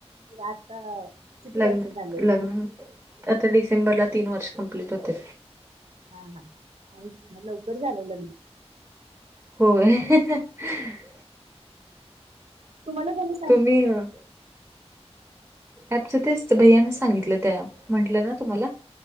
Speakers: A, on the right; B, on the right.
A: <unintelligible>
B: लग्न
A: झाले
B: लग्न आता डिसेंबरला तीन वर्ष कंप्लीट होते.
A: हा हा हा आणि म लवकर झाल लग्न.
B: होय.
A: तुम्हाला मुलं
B: तुम्ही अह ॲप च तेच तर भैय्यानं सांगितलं त्या म्हंटलं ना तुम्हाला